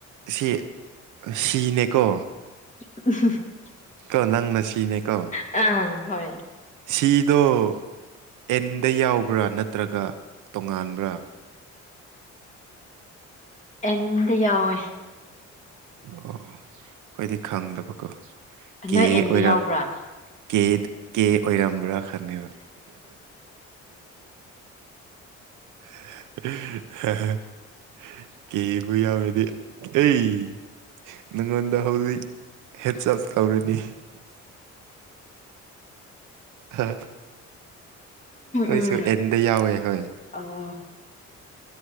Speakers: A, on the right (about 85°); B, on the left (about 25°).
A: ꯁꯤ ꯁꯤꯅꯦꯀꯣ
B: <unintelligible>
A: ꯀꯣ ꯅꯪꯅ ꯁꯤꯅꯦ ꯀꯣ
B: ꯑꯥ ꯍꯣꯏ
A: ꯁꯤꯗꯣ ꯑꯦꯟꯗ ꯌꯥꯎꯕ꯭ꯔꯥ ꯅꯠꯇ꯭ꯔꯒ ꯇꯣꯉꯥꯟꯕ꯭ꯔꯥ
B: ꯑꯦꯟꯗꯥ ꯌꯥꯎꯋꯦ
A: ꯑꯣ ꯑꯈꯣꯏꯗꯤ ꯈꯪꯗꯕꯀꯣ ꯀꯦ
B: ꯅꯣꯏ ꯑꯦꯟꯗ
A: ꯑꯣꯏꯔ
B: ꯌꯥꯎꯕ꯭ꯔꯥ
A: ꯀꯦ ꯀꯦ ꯑꯣꯏꯔꯝꯕ꯭ꯔꯥ ꯈꯪꯗꯦꯕ <unintelligible> ꯀꯦꯕꯨ ꯌꯥꯎꯔꯗꯤ ꯑꯩ ꯅꯪꯉꯣꯟꯗ ꯍꯧꯖꯤꯛ ꯍꯦꯟꯆꯞ ꯇꯧꯔꯅꯤ ꯍꯥ ꯑꯩꯈꯣꯏꯁꯨ
B: ꯎꯝ
A: ꯑꯦꯟꯗ ꯌꯥꯎꯋꯦ ꯍꯣꯏ
B: ꯑꯣ